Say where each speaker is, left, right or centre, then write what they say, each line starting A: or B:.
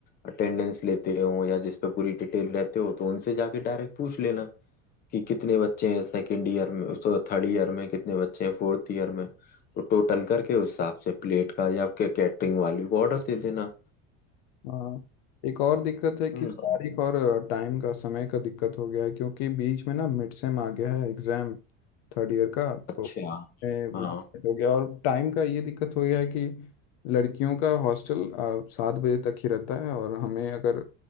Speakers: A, on the left; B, on the left.
A: अटेंडेंस लेते हो या जिस पे पूरी डिटेल रहते हो तो उनसे जाके डायरेक्ट पूछ लेना कि कितने बच्चे हैं सेकंड ईयर में सो थर्ड ईयर में कितने बच्चे हैं फोर्थ ईयर में तो टोटल करके उस हिसाब से प्लेट का या कैटरिंग वाले को ऑर्डर दे देना
B: हाँ एक और दिक्कत है कि
A: हम्म
B: तारीख और टाइम का समय का दिक्कत हो गया है क्योंकि बीच में ना मिड सेम आ गया है एग्जाम थर्ड ईयर का
A: अच्छा
B: तो इसमें वो
A: हाँ
B: दिक्कत हो गया और टाइम का ये दिक्कत हो गया है कि लड़कियों का हॉस्टल सात बजे तक ही रहता है और हमें अगर